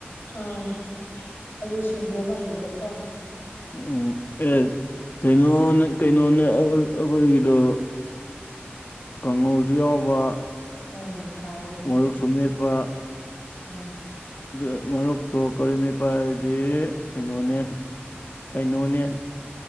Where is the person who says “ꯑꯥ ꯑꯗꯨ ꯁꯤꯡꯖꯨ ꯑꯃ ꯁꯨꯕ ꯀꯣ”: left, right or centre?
Left